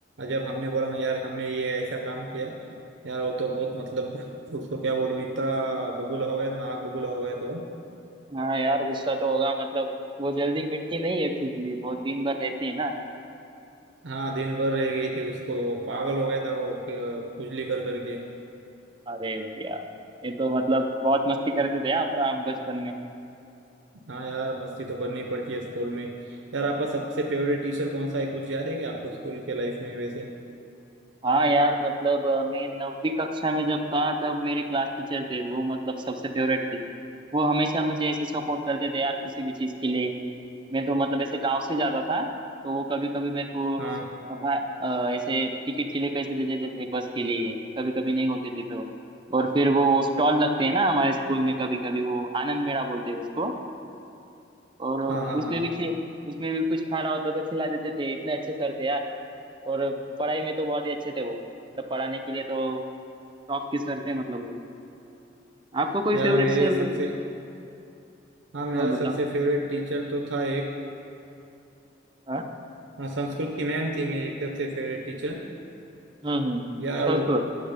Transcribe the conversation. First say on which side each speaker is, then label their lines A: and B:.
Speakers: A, on the right; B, on the right.
A: जब हमने बोला ना यार हमने ये ऐसा काम किया यार वो तो बहुत मतलब उसको क्या बोलूं इतना बबूला हो गया था ना आग बबूला हो गया था वो
B: हाँ यार गुस्सा तो होगा मतलब वो जल्दी मिटती नहीं है खुजली बहुत दिन भर रहती है ना
A: हाँ दिन भर रह गई थी उसको वो पागल हो गया था वो क- खुजली कर करके
B: अरे भैया ये तो मतलब बहुत मस्ती करते थे आप आप बचपन में
A: हाँ यार मस्ती तो करनी पड़ती है स्कूल में यार आपका सबसे फेवरेट टीचर कौन सा है कुछ याद है क्या आपको स्कूल के लाइफ में वैसे
B: हाँ यार मतलब अ, मैं नवीं कक्षा में जब था तब मेरे क्लास टीचर थे वो मतलब सबसे फेवरेट थे वो हमेशा मुझे ऐसे सपोर्ट करते थे यार किसी भी चीज के लिए मैं तो मतलब ऐसे गांव से जाता था तो वो कभी कभी मेरे को
A: हाँ
B: अ, भाई अ, ऐसे टिकट के लिए पैसे दे देते थे बस के लिए कभी कभी नहीं होते थे तो और फिर वो स्टॉल लगते हैं ना हमारे स्कूल में कभी कभी वो आनंद मेला बोलते हैं उसको और
A: हाँ हाँ
B: उसमें
A: हाँ
B: भी खे उसमें भी कुछ खाना होता तो खिला देते थे इतने अच्छे सर थे यार और पढ़ाई में तो बहुत ही अच्छे थे वो मतलब पढ़ाने के लिए तो टॉप के सर थे मतलब वो आपको कोई
A: यार
B: फेवरेट
A: मेरे
B: सर
A: सबसे
B: मतलब,
A: हाँ मेरा
B: हाँ बताओ
A: सबसे फेवरेट टीचर तो था एक
B: हाँ
A: हाँ, संस्कृत की मैम थी मेरी सबसे फेवरेट टीचर
B: हम्म हम्म
A: यार
B: संस्कृत
A: वो